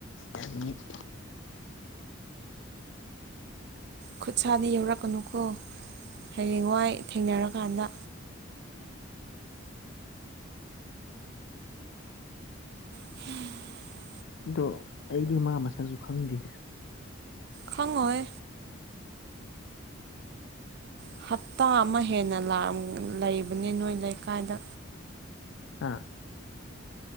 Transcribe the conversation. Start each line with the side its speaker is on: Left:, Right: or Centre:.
Left: ꯌꯥꯅꯤꯡꯉꯤ
Right: ꯈꯨꯠ ꯁꯥꯥꯗ ꯌꯧꯔꯛꯀꯅꯨꯀꯣ ꯍꯌꯦꯡꯋꯥꯏ ꯊꯦꯡꯅꯔꯀꯥꯟꯗ ꯍꯨꯝ
Left: ꯑꯗꯣ ꯑꯩꯗꯤ ꯃꯥ ꯃꯁꯛꯁꯨ ꯈꯪꯗꯦ
Right: ꯈꯪꯉꯣꯏ ꯍꯞꯇꯥ ꯑꯃ ꯍꯦꯟꯅ ꯂꯩꯕꯅꯤ ꯅꯣꯏ ꯂꯩꯀꯥꯏꯗ
Left: ꯍꯥꯥ